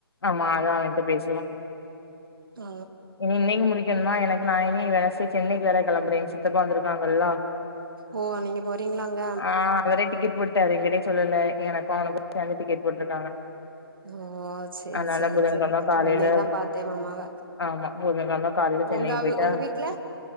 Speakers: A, on the left; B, on the right.
A: ஆமா அதா அவன்ட்ட பேசுவோ
B: ஆ
A: இன்னைக்கு முடிக்கணுமா எனக்கு நா இனி வெனஸ்டே சென்னைக்கு வேற கெளம்றே எங்க சித்தப்பா வந்திருக்காங்கல்ல
B: ஓ நீங்க போறீங்ளா அங்க
A: ஆ அவரே டிக்கெட் போட்டாரு எங்கிடே சொல்லல எனக்கு அவனுக்கு சேந்து டிக்கெட் போட்ருக்காங்க
B: ஓ சேரி
A: அதனால
B: சேரி
A: புதன்கெழம
B: சேரி
A: காலையில
B: நா இன்னைக்குதா பாத்தே மாமாவ
A: ஆமா புதங்கெழம கால்ல சென்னைக்கு
B: உங்க அவு
A: போயிட்டா
B: உங்க வீட்ல